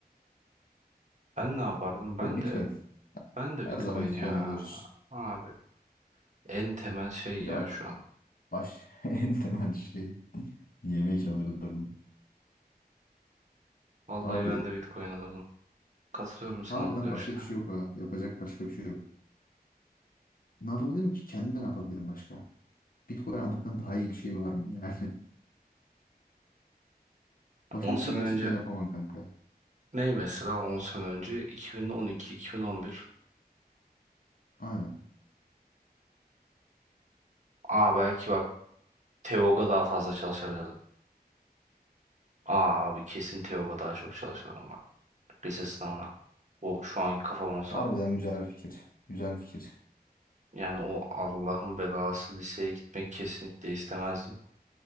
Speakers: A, on the right (about 45°); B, on the left (about 60°).
A: Ben ne yapardım? Ben
B: Bu Bitcoin.
A: de ben de
B: Her
A: Bitcoin
B: zaman Bitcoin
A: ya.
B: alıyoruz.
A: Abi en temel şey
B: Bir
A: ya
B: de bak.
A: şu an.
B: Baş <laughs> en temel şey. Yemek alırdım.
A: Vallahi
B: Abi
A: ben de Bitcoin alırdım. Katılıyorum sana
B: harbiden
A: bu görüşte.
B: başka bir şey yok ha. Yapacak başka bir şey yok. Ne yapabilirim ki? Kendi ne yapabilirim başka? Bitcoin almaktan daha iyi bir şey var mı yani? <laughs> Başka
A: 10 sene
B: bir şey gerçekten
A: önce
B: yapamam kanka.
A: ney mesela 10 sene önce 2012-2011.
B: Aynen.
A: Aa belki bak Teoga daha fazla çalışabilirdim. Aa abi kesin Teoga daha çok çalışırdım bak. Lise sınavına. O şu anki kafam olsa.
B: Harbiden güzel fikir. Güzel fikir.
A: Yani o Allah'ın belası liseye gitmek kesinlikle istemezdim.